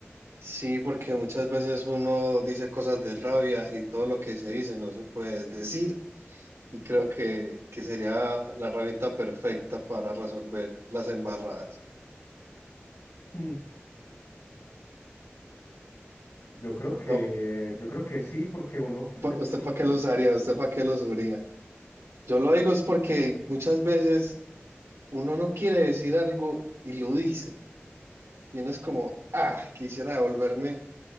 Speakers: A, on the right; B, on the left.
A: Sí, porque muchas veces uno dice cosas de rabia y todo lo que se dice no se puede decir. Y creo que, que sería la herramienta perfecta para resolver las embarradas.
B: mm, yo creo que
A: No,
B: yo creo que sí, porque uno suele ser
A: ¿usted
B: muy
A: para
B: impulsivo.
A: qué lo usaría? ¿Usted para qué lo usaría? Yo lo digo es porque muchas veces uno no quiere decir algo y lo dice. Y uno es como, ah, quisiera devolverme